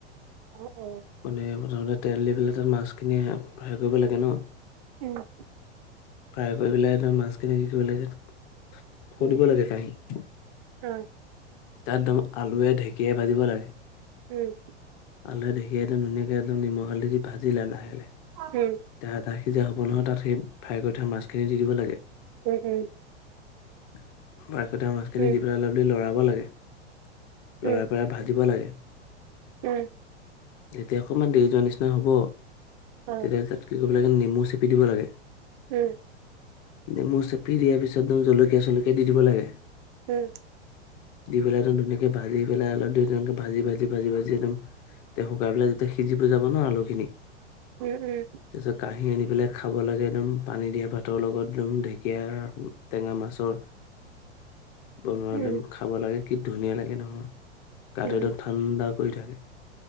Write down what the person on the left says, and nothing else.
মানে প্ৰথমতে তেল দি পেলাই তাত মাছখিনি ফ্ৰাই কৰিব লাগে ন।
ফ্ৰাই কৰি পেলাই মাছখিনি কি কৰিব লাগে, থৈ
দিব লাগে কাহী।
তাত একদম আলুৱে ঢেঁকীয়াই ভাজিব লাগে।
আলহে ঢেকিয়ে একদ ধুনাক একদম নিমখ হালধি দি ভাজিলা লাহে লাহে।
আধা কেজিয়ে হ'ব নহয় তাত সেই ফ্ৰাই কৰি থোৱা মাছখিনি দি দিব লাগে।
<unintelligible> মাছখিনি
দি পেলাই দি বুলি লৰাব লাগে। লৰায়
পৰাই ভাজিব লাগে।
যেতিয়া অকণমান দেৰি যোৱা নিচিনা হব
তেতিয়া কি কৰিব লাগে নেমু চেপি দিব লাগে।
এতিয়া নেমু চেপি দিয়া পিছত জলকীয়া চলকীয়া দি দিব লাগে।
দি পেলাই একদম ধুনীয়াকে ভাজি পেলাই অলপাক ভাজি ভাজি ভাজি ভাজি একদম শুকাই পেলাই যেতিয়া সিজিব যাব ন আলুখিনি
তাৰপিছত কাঁহী আনি পেলাই খাব লাগে একদম পানী দিয়া ভাতৰ লগত একম ঢেকীয়া আৰু টেঙা মাছৰ বনোৱা
একম খাব লাগে কি ধুনীয়া লাগে নহয় গাটো
একদম ঠাণ্ডা কৰি থাকে।